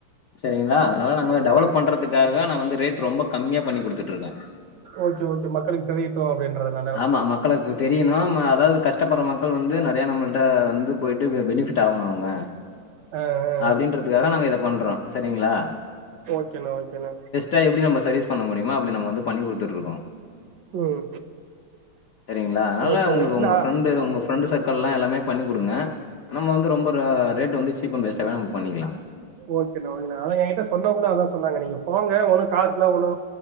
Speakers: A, on the left; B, on the right.
A: சரிங்க்ளா அதால நாங்க டெவலப்
B: ம்
A: பண்றதுக்காக நா வந்து ரேட் ரொம்ப கம்மியா பண்ணி குடுத்துட் இருக்க
B: ஓகே ஓகே மக்களுக்கு தெரியட்டும் அப்படின்றதுனால
A: ஆமா மக்களுக்கு தெரியணு ம் அ அதாது கஷ்டப்படுற மக்கள் வந்து நெறையா நம்மள்ட்ட வந்து போயிட்டு பெ பெனிஃபிட் ஆவணு அவுங்க
B: ஆ ஆ
A: அப்டீன்றதுக்காக நாங்க இத பண்றோ செரிங்க்ளா
B: ஓகேண்ண ஓகேண்ண
A: எப்டி நம் சர்விஸ் பண்ண முடியமோ அப்டி நம்ம வந்து பண்ணி குடுத்துட்டு இருக்கோ
B: ம்
A: செரிங்ளா அதுனால
B: ஓகேண்ணே
A: உங்ளுக்கு
B: இல்லை
A: உங்க ஃப்ரெண்டு உங்க ஃப்ரெண்டு் சர்க்கள்லா எல்லாமே பண்ணி குடுங்க நம்ம வந்து ரொம்ப ர ரேட்டு வந்து சீப்பன் பெஸ்ட்டாவே நம்ம பண்ணிக்லா
B: ஓகேணா ஓகேணா ஆனா ஏங்கிட்ட சொன்னவங்களு அதா சொன்னாங்க நீங்க போங்க ஒன்னு காசுலா ஒன்னு